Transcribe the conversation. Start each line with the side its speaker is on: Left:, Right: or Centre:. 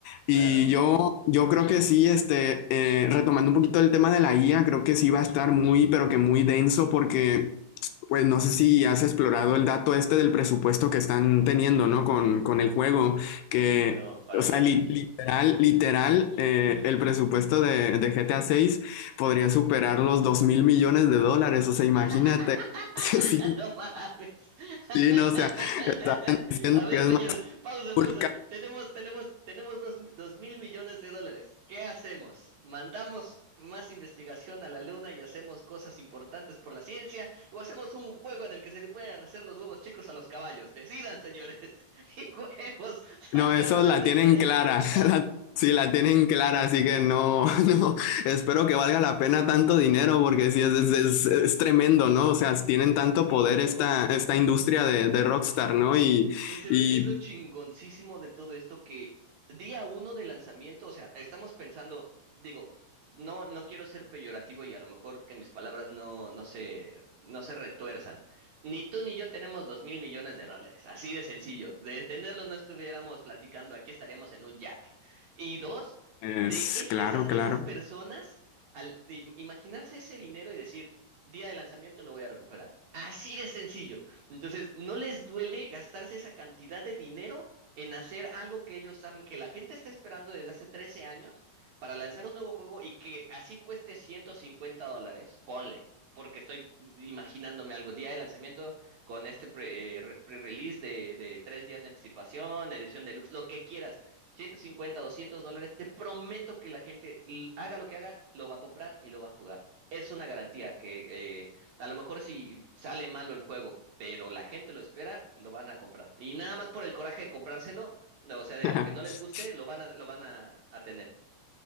Left: Y
Right: claro,
Left: yo, yo creo que sí, este, eh, retomando un poquito el tema de la IA, creo que sí va a estar muy, pero que muy denso porque pues no sé si has explorado el dato este del presupuesto que están teniendo, ¿no? Con, con el juego, que,
Right: no, para
Left: o sea,
Right: nada.
Left: li- literal, literal, eh, el presupuesto de, de GTA 6 podría superar los dos mil millones de dólares, o sea,
Right: <laughs>
Left: imagínate. <laughs> Sí,
Right: No mames. <laughs>
Left: sí, no, o sea, está diciendo
Right: A ver,
Left: que es
Right: señores,
Left: más
Right: pausa,
Left: Burj
Right: pausa. Tenemos, tenemos, tenemos dos, dos mil millones de dólares. ¿Qué hacemos? ¿Mandamos más investigación a la luna y hacemos cosas importantes por la ciencia? ¿O hacemos un juego en el que se le puedan hacer los huevos chicos a los caballos? Decidan, señores. <laughs> Y huevos, salió
Left: No, esos
Right: Red
Left: la
Right: Dead
Left: tienen
Right: Redemption.
Left: clara.
Right: <laughs>
Left: <laughs> La- sí, la tienen clara, así que no, <laughs> no. Espero que valga la pena tanto dinero, porque sí, es, es, es- es tremendo, ¿no? O sea, tienen tanto
Right: Sí,
Left: poder
Right: no.
Left: esta, esta industria de, de Rockstar, ¿no? Y,
Right: Y sabes
Left: y
Right: qué es lo chingoncísimo de todo esto que día uno de lanzamiento, o sea, estamos pensando, digo, no, no quiero ser peyorativo y a lo mejor que mis palabras no, no se, no se retuerzan. Ni tú ni yo tenemos dos mil millones de dólares, así de sencillo. De tenerlo no estuviéramos platicando, aquí estaríamos en un yate. Y dos,
Left: es
Right: de es-
Left: claro,
Right: esas,
Left: claro.
Right: esas personas, al im- imaginarse ese dinero y decir, día de lanzamiento lo voy a recuperar. Así de sencillo. Entonces, no les duele gastarse esa cantidad de dinero en hacer algo que ellos saben que la gente está esperando desde hace 13 años para lanzar un nuevo juego y que así cueste 150 dólares. Ponle, porque estoy imaginándome algo. Día de lanzamiento con este pre, eh, re- pre-release de, de tres días de anticipación, edición deluxe, lo que quieras. 150, 200 dólares. Te prometo que la gente, l- haga lo que haga, lo va a comprar y lo va a jugar. Es una garantía que eh, a lo mejor si sale malo el juego, pero la gente lo espera, lo van a comprar. Y nada más por el coraje de comprárselo, no, o sea, de,
Left: <laughs>
Right: aunque no les guste, lo van a, lo van a, a tener.